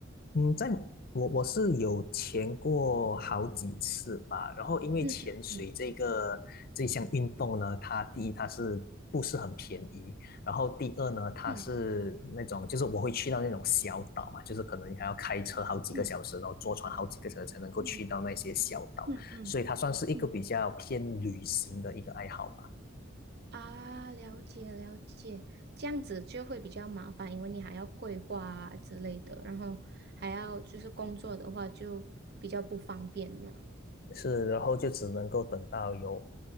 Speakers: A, on the left; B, on the right.
A: 嗯，在我我是有潜过好几次吧，然后因为潜水这个这项运动呢，
B: 嗯嗯嗯
A: 它第一它是不是很便宜，然后第二呢，它是那种就是我会去到那种小岛嘛，
B: 嗯
A: 就是可能还要开车好几个小时，
B: 嗯
A: 然后坐船好几个小时才能够去到那些小岛，
B: 嗯嗯嗯
A: 所以它算是一个比较偏旅行的一个爱好吧。
B: 嗯嗯啊，了解了解，这样子就会比较麻烦，因为你还要规划啊之类的，然后还要就是工作的话就比较不方便了。
A: 是，然后就只能够等到有，